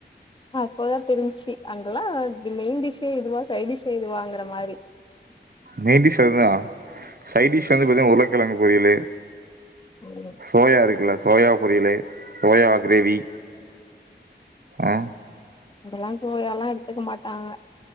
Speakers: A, on the left (about 25°); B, on the right (about 55°).
A: அப்போதா தெரிஞ்ச்சி அங்கெல்லா மெயின் டிஷ் இதுவா சைட் டிஷ் இதுவாங்கற மாரி
B: மெயின்டிஷ் அதுதா சைடிஷ் வந்து பாத்தீன்னா உருளக்கெழங்கு பொரியலு
A: ம்
B: சோயா இருக்குல்ல சோயா புரியலை சோயா கிரேவி ஆஹ்
A: அதெல்லா சோயாலா எடுத்துக்க மாட்டாங்க